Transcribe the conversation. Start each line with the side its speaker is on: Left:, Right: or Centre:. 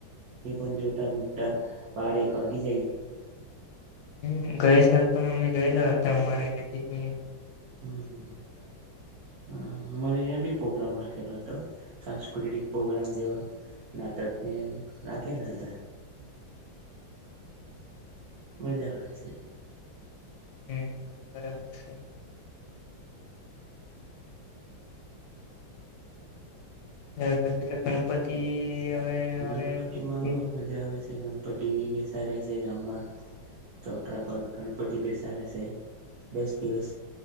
Right: તે પણ જોટા મુકટા બાર એક વાગી જાય
Left: હ ગયા સાલ પણ અમે ગયેલા હતા અમારી નજીક ની
Right: હમ હ હા હમારે એ ભી પ્રોગ્રામ હતો સાંસ્કૃતિક પ્રોગ્રામ જેવા નાટકને રાખેલા હતા મજા છે
Left: હમ બરોબર છે હ પછી તો ગણપતિ હવે હવે
Right: ગણપતિ
Left: પછી
Right: માં પણ મજા આવે છે ગણ ગણપતિ બેસા છે જામમાં ચોટરા પગ ગણપતિ બેસાે છે બેસ્ટ દિવસ